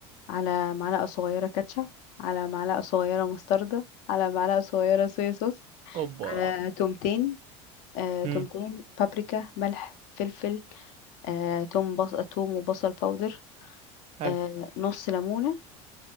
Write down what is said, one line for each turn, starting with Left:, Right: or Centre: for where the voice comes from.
Left: على معلقه صغيره كاتشب على معلقه صغيره مستردة على معلقه صغيره صويا صوص
Right: اوبا
Left: على تومتين آه،
Right: مم.
Left: تومتين بابريكا ملح فلفل آه، توم بص... توم وبصل باودر
Right: حلو
Left: آه، نص ليمونة